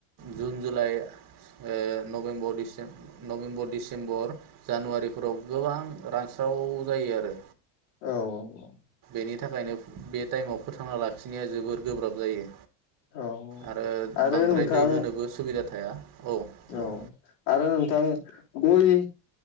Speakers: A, on the right; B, on the left.
A: जुन जुलाइ ओ नभेम्बर डिसे नभेम्बर डिसेम्बर जानुवारिफोराव गोबां रानस्राव जायो आरो
B: औ औ औ
A: बेनि थाखायनो बे टाइमाव फोथांना लाखिनाया जोबोर गोब्राब जायो
B: औ
A: आरो
B: आरो
A: बांद्राय
B: नोंथां
A: दै होनोबो सुबिदा थाया औ बुं
B: औ आरो नोंथां गय